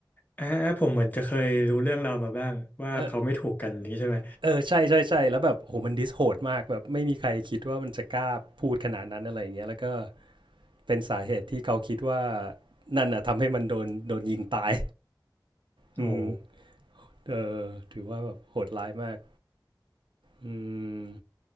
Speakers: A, on the left; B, on the right.
A: อ่าอ่าผมเหมือนจะเคยรู้เรื่องราวมาบ้างว่าเขาไม่ถูกกันนี้ใช่ไหม
B: เออเออใช่ใช่ใช่แล้วแบบโหมันดิสโหดมากแบบไม่มีใครคิดว่ามันจะกล้าพูดขนาดนั้นอะไรเงี้ยแล้วก็เป็นสาเหตุที่เขาคิดว่านั่นอะทำให้มันโดนโดนยิงตายอืม
A: โอ้โห
B: เออถือว่าแบบโหดร้ายมากอืม